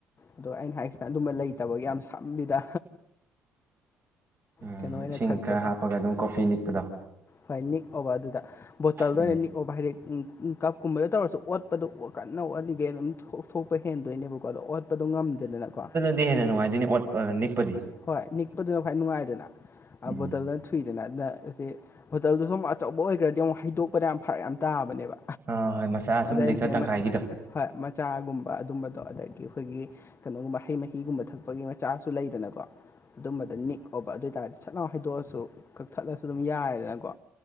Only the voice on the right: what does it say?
ꯎꯝ
ꯏꯁꯤꯡ
ꯈꯔ ꯍꯥꯞꯄꯒ ꯑꯗꯨꯝ ꯀꯣꯐꯤ ꯅꯤꯛꯄꯗꯣ
ꯎꯝ
ꯑꯗꯨ ꯍꯦꯟꯅ ꯅꯨꯡꯉꯥꯏꯗꯣꯏꯅꯤ ꯑꯣꯠꯄ ꯅꯤꯛꯄꯗꯤ
ꯎꯝ
ꯑ ꯍꯣꯏ ꯃꯆꯥ ꯁꯨꯝ
ꯂꯤꯇꯔ
ꯇꯪꯈꯥꯏꯒꯤꯗꯣ